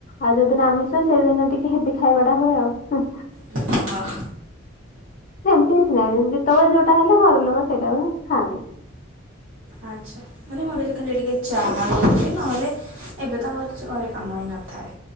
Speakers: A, on the left; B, on the right.
A: ଆଉ ଯଉଦିନ ଆମିଷ ସେଇଦିନ ଟିକେ ହେବ ଖାଇବା ଟା ହୁଏ ଆଉ।
B: ହଁ
A: ସେମିତି କିଛି ନାହିଁ। ତଳେ ଯୋଉଟା ହେଲେ ଘର ଲୋକ ସେଇଟାକୁ ଖାଆନ୍ତି।
B: ଆଚ୍ଛା। ମାନେ ମୁଁ ଏବେ ଖାଲି ଟିକେ ଚାହା କରୁଥିଲି ନହେଲେ ଏବେ ତ ଆମର କିଛି ଘରେ କାମ ହି ନଥାଏ।